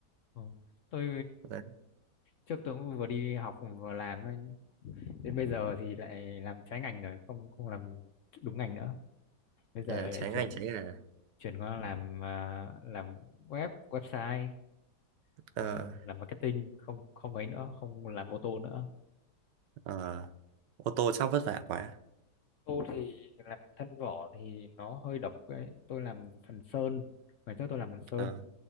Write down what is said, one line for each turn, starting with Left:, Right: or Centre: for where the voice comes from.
Left: Ờ, tôi
Right: Đấy.
Left: trước tôi cũng vừa đi học vừa làm ấy. đến bây giờ thì lại làm trái ngành rồi không không làm đúng ngành nữa bây giờ
Right: À,
Left: lại
Right: trái
Left: chuyển
Right: ngành trái ngà.
Left: chuyển qua làm à, làm web website
Right: Ờ,
Left: ờ, làm marketing không không ấy nữa không làm ô tô nữa
Right: ờ, ô tô chắc vất vả quá.
Left: Tôi thì làm thân vỏ thì nó hơi độc ấy. Tôi làm phần sơn. Ngày trước tôi làm phần sơn
Right: Ờ,